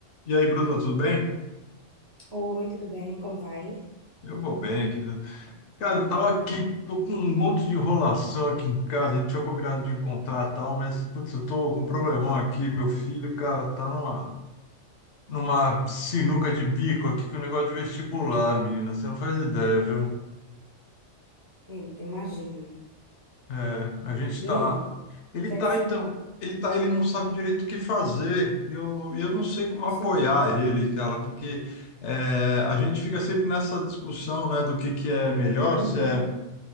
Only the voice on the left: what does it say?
E aí, Bruno, tudo bem?
Eu vou bem, querido. Cara, eu tava aqui, tô com um monte de enrolação aqui em casa. A gente tinha combinado de encontrar e tal, mas, putz, eu tô com um problemão aqui. Meu filho, cara, tá numa, numa sinuca de bico aqui com o negócio de vestibular, menina. Você não faz ideia, viu?
É, a gente
tá.
Ele
tá,
então.
Ele tá, ele não sabe direito o que fazer. Eu, eu não sei como apoiar
ele, cara, porque é, a gente fica sempre nessa discussão, né, do que que é melhor,
se é